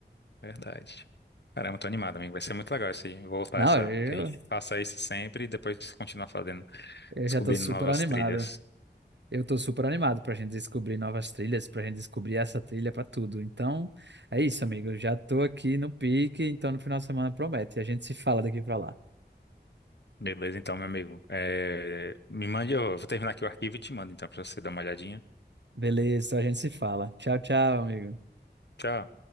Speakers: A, on the left; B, on the right.
A: Verdade. Caramba, tô animado, amigo. Vai ser muito legal isso aí. Voltar
B: Não,
A: essa.
B: eu,
A: Que a gente faça isso sempre e depois continuar fazendo,
B: eu
A: descobrindo
B: já tô super
A: novas
B: animado.
A: trilhas.
B: Eu tô super animado pra gente descobrir novas trilhas, pra gente descobrir essa trilha pra tudo. Então, é isso, amigo. Eu Já tô aqui no pique, então no final de semana promete. A gente se fala daqui pra lá.
A: Beleza, então, meu amigo. É, Me mande, eu vou terminar aqui o arquivo e te mando, então, pra você dar uma olhadinha.
B: Beleza, a gente se fala. Tchau, tchau, amigo.
A: Tchau.